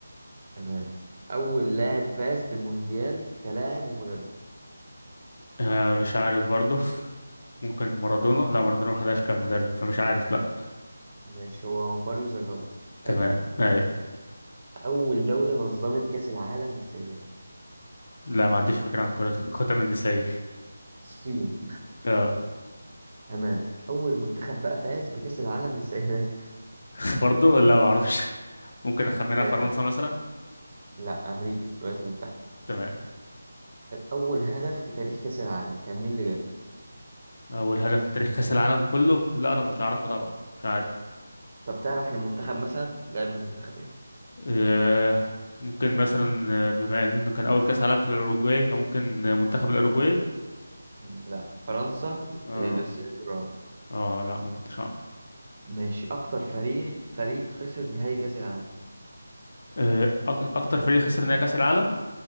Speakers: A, on the right; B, on the left.
A: تمام اول لاعب فاز بالمونديال كلاعب ومدرب
B: آه مش عارف برضه <laughs> ممكن مارادونا لا مارادونا ما خدهاش كمدرب فمش عارف لا
A: ماشي هو ماريو زاجالا
B: تمام
A: حلو
B: اي
A: اول دوله نظمت كاس العالم للسيدات
B: لا ما عنديش فكرة عن كرة قدم النسائي
A: الصين
B: اه
A: تمام اول منتخب بقى فاز بكاس العالم للسيدات
B: <laughs> برضه لا ما اعرفش ممكن اخمنها
A: <laughs>
B: فرنسا مثلا
A: لا امريكا الولايات المتحده
B: تمام
A: اول هدف في تاريخ كاس العالم كان مين اللي جابه
B: اول هدف في تاريخ كاس العالم كله لا ده مش عارفها طبعا مش عارف
A: طب تعرف المنتخب مثلا لعب من منتخب ايه
B: أه ممكن مثلا آه، بما انه كان اول كاس عالم في الاوروجواي فممكن آه، منتخب الاوروجواي
A: مم، لا فرنسا
B: اه
A: آه، لوسيان دوران
B: اه لا ما كنتش اعرف
A: ماشي اكتر فريق فريق خسر نهائي كاس العالم
B: آه، أك- اكتر فريق خسر نهائي كاس العالم